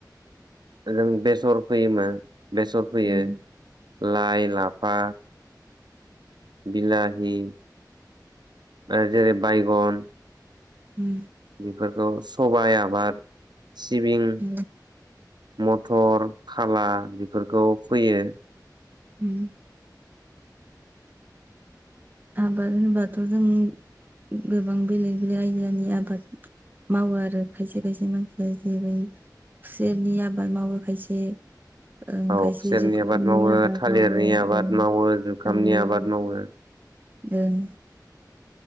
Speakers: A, on the right; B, on the right.
A: जों बेस सर फैयोमो बेसर फोयो
B: उम
A: लाइ लाफा बिलाहि आर जेरै बायगन
B: उम
A: बेफोरखौ सबाय आबाद सिबिं
B: उम
A: मट टर खाला बेफोरखौ फैयो।
B: उम आबाद होमबाथ' जों गोबां बेलेग बेलेग आयदानि आबाद मावो आरो खायसे खायसे मानसया जेरै खुसेरनि आबाद मावो खायसे ओं
A: औ
B: खायसे
A: खुसेरनि
B: जुखामनि
A: आबाद मावो
B: आबाद
A: थालिरनि
B: मावो
A: आबाद
B: ओं
A: मावो जुखामनि
B: थालिर
A: आबाद मावो।
B: ओं